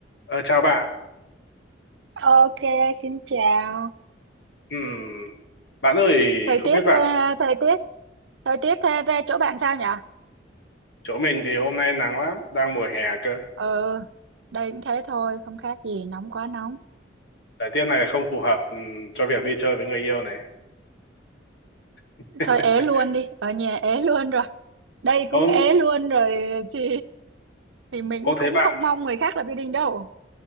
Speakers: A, on the left (about 65°); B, on the right (about 80°).
A: Ờ, chào bạn.
B: Ok, xin chào.
A: Ừm, bạn ơi,
B: Thời
A: không
B: tiết,
A: biết
B: ờ,
A: bạn,
B: thời tiết, thời tiết ờ, về chỗ bạn sao nhỉ?
A: chỗ mình thì hôm nay nắng lắm, đang mùa hè cơ.
B: Ừ, đây cũng thế thôi, không khác gì, nóng quá nóng.
A: Thời tiết này không phù hợp ừm, cho việc đi chơi với người yêu này. <laughs>
B: Thôi ế luôn đi, ở nhà ế luôn rồi. Đây
A: Ô,
B: cũng ế luôn rồi thì thì mình
A: ô
B: cũng
A: thế bạn,
B: không mong người khác lập gia đình đâu.